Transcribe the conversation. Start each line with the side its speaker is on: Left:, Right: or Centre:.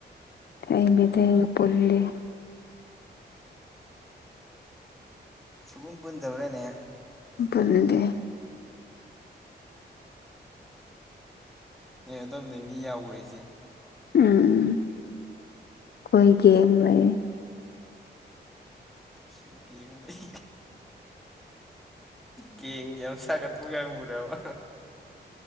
Left: ꯑꯩꯕꯤꯗꯩꯒ ꯄꯨꯜꯂꯤ
Centre: ꯁꯒꯨꯟ ꯄꯨꯟꯗꯕ꯭ꯔꯦꯅꯦ
Left: ꯄꯨꯗꯦ
Centre: ꯅ ꯑꯗꯨꯝꯗꯩ ꯃꯤ ꯌꯥꯎꯔꯁꯦ
Left: ꯎꯝ ꯀꯣꯏꯒꯤꯝ ꯂꯩ
Centre: ꯁꯤ ꯌꯦꯡꯅꯩ ꯀꯦꯡ ꯌꯥꯝ ꯁꯥꯒꯠꯄꯒ ꯌꯥꯝ ꯃꯔꯦꯕ